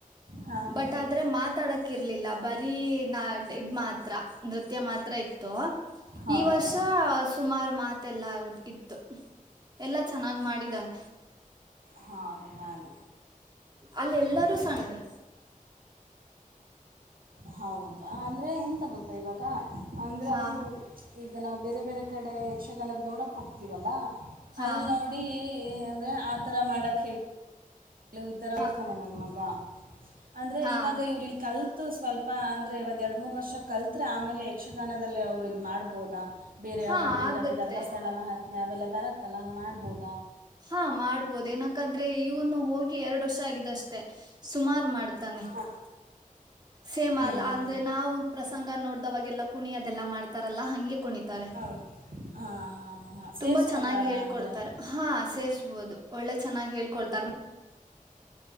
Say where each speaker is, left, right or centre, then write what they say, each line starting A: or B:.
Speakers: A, on the right; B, on the right.
A: ಹಾಂ
B: ಬಟ್
A: ಹಾಂ
B: ಆದ್ರೆ ಮಾತ್ ಡಕ್ ಇರ್ಲಿಲ್ಲ ಬರೀ ನಾಡ್ ಇದ ಮಾತ್ರ ನೃತ್ಯ ಮಾತ್ರ ಇತ್ತು
A: ಹೌದು
B: ಈ ವರ್ಷ ಸುಮಾರು ಮಾತೆಲ್ಲಾ ಇತ್ತು ಎಲ್ಲಾ ಚೆನ್ನಾಗ್ ಮಾಡಿದ್ದಾನ
A: ಹಾಗ ಹಾಗೆ
B: ಅಲ್ಲ
A: ಹಾಂ
B: ಎಲ್ಲಾರೂ ಸಣ್ಣಾರೆ
A: ಹೌದು ಅಂದರೆ ಎಂತ ಗೊತ್ತಾ ಇವಾಗ ಅಂದರೆ
B: ಹಾ
A: ಅವರು ಈಗ ನಾವು ಬೇರೆ ಬೇರೆ ಕಡೆ ಯಕ್ಷಗಾನದ ನೋಡಕ್ಕೆ ಹೋಗ್ತೀವಲ್ಲ
B: ಹಾ
A: ಅಲ್ಲಿ ನೋಡಿ ಅಂದ್ರೆ ಆತರ ಮಾಡಕ್ ಹೇಳ ಲೋ ಈ ತರ
B: ಹಾ
A: ಇಲ್ತಾನೆ ನನ್ ಮಗ ಅಂದ್ರೆ
B: ಹಾ
A: ಇವಾಗ ಇವ್ರ ಇ ಕಲ್ತು ಸ್ವಲ್ಪ ಅಂದರೆ ಒಂದು ಎರಡು ಮೂರು ವರ್ಷ ಕಲ್ತ್ರೆ ಆಮೇಲೆ ಯಕ್ಷಗಾನದದಲ್ಲಿ ಅವರು ಇದು ಮಾಡ್ಬೋದಾ ಬೇರೆ
B: ಹಾ
A: ಯಾವುದಾದ್ರರು
B: ಆಗತ್ತೆ
A: ಈಗಾದೇ ಧರ್ಮಸ್ಥಳ ಮಹಾತ್ಮೆ ಅವೆಲ್ಲ ಬತ್ತಲ್ಲ ಹಂಗೆ ಮಾಡ್ಬೋದು
B: ಹಾ ಮಾಡ್ಬೋದು ಏನಕಂದ್ರೆ ಇವನು ಹೋಗಿ ಎರಡು ವರ್ಷ ಆಗಿದಷ್ಟೆ ಸುಮಾರು ಮಾಡ್ತ
A: ಹಾಂ
B: ಸೇಮ್
A: ಹ್ಞೂ
B: ಅಲ್
A: ಹ್ಞೂ
B: ಅಂದ್ರೆ ನಾವು ಪ್ರಸಂಗ ನೋಡ ಅವಾಗೆಲ್ಲ ಕುಣಿಯದೆಲ್ಲಾ ಮಾಡ್ತಾರಲ್ಲಾ ಹಂಗೆ ಕುಣಿತಾರೆ
A: ಹೌದು ಹಾಂ ಹಾಂ ಹಾಂ
B: ತುಂಬಾ
A: ಸೇರಿಸ್ಕೋತಾರಾ
B: ಚೆನ್ನಾಗಿ ಹೇಳ್ಕೊಡ್ತಾರ
A: ಅಂದರೆ
B: ಹಾ ಸೇ ಬೋದು ಒಳ್ಳೆ ಚೆನ್ನಾಗಿ ಹೇಳ್ಕೊಡ್ತಾರ